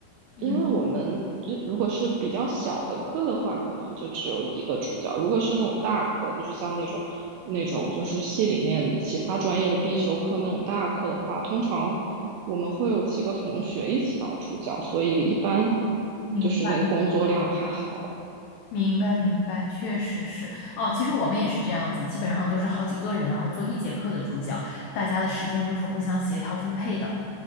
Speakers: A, on the left; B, on the right.
A: 嗯，
B: 因为我们这如果是比较小的课的话，可能就只有一个助教；如果是那种大课，就是像那种那种就是系里面其他专业的必修课那种大课的话，通常我们会有几个同学一起当助教，所以一般
A: 明白，
B: 就是那个工作量还好。
A: 明白，明白，确实是。哦，其实我们也是这样子，基本上都是好几个人，然后做一节课的助教，大家的时间都是互相协调分配的。